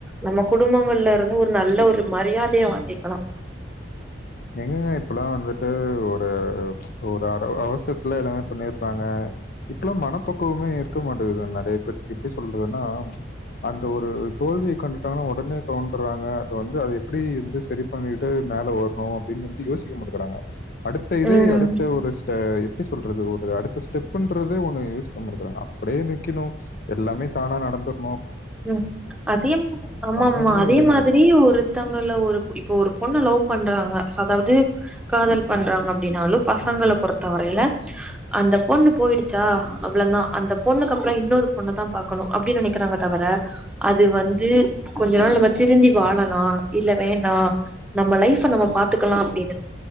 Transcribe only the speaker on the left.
எங்கங்க இப்பல்லா வந்துட்டு ஒரு ஒரு ஆ அ அவசரயத்துல எல்லாமே பண்ணிர்றாங்க இப்பல்லா மனப்பக்கவுமே இருக்க மாட்டது நெறைய பேத்துக்கு எப்பிடி சொல்றதுன்னா அந்த ஒரு தோல்வியை கண்டுட்டாங்கன்னா ஒடனே தோவன்றாங்க அது வந்து அது எப்பிடி எப்டி செரிப் பண்ணிட்டு மேலே வரணு இங்க வந்து யோசிக்கமாட்டுறாங்க அடுத்த இது
அடுத்த ஒரு சொ அ எப்பிடி சொல்றது ஒரு அடுத்த ஸ்டெப்புன்றது ஒன்னு யோசிக்க மாட்டங்கறாங்க அப்டே நிக்கணு எல்லாமே தானா நடந்துர்
பண்ணாமயே
எப்படி நடக்கும்?
ம்.